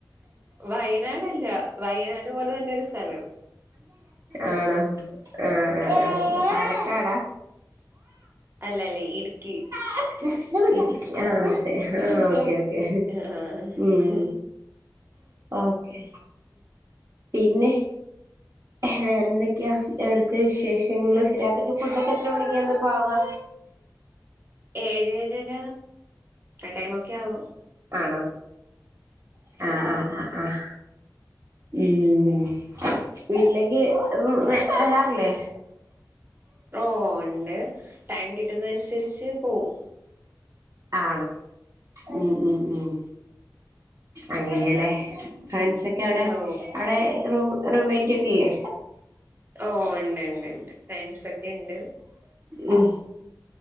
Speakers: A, on the right; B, on the right.
A: വയനാട്ല്ല വയനാട് പോലെ തന്നെ ഒരു സ്ഥലം
B: ആണോ ആ
A: ഓ
B: പാലക്കാടാ
A: അല്ല അല്ലേ ഇടുക്ക്ി
B: ഇ ആ മെ ആഹ <unintelligible> ഓക്കെ ഓക്കെ
A: ആഹ്
B: ഉം ഓക്കെ പിന്നെ. വേറെ എന്തൊക്കെയാ അവിട്ത്തെ വിശേഷങ്ങള് രാത്രിക്ക് ഫുഡ ഒക്കെ എത്ര മണിക്കാന്ന്പ്പാവാ.
A: ഏഴ് ഏഴര ആ ടൈമൊക്കെ ആവും.
B: ആണോ
A: ഉം
B: ആഹ് ആഹ് ആ ആഹ്. ഉം. വീട്ടിലേക്ക് വരാറില്ലേ?
A: ഓ ഉണ്ട് ടൈം കിട്ടുന്നെ അനുസരിച്ച് പോവും.
B: ആണോ ഉം ഉം ഉം അങ്ങനെയല്ലേ. ഫ്രണ്ട്സ് ഒക്കെ അവിടെ
A: ഓ
B: അവിടെ റൂ റൂമേറ്റൊക്കെല്ലേ?
A: ഓ ഉണ്ട് ഉണ്ട് ഉണ്ട് ഫ്രണ്ട്സ് ഒക്കെ ഉണ്ട്.
B: ഉം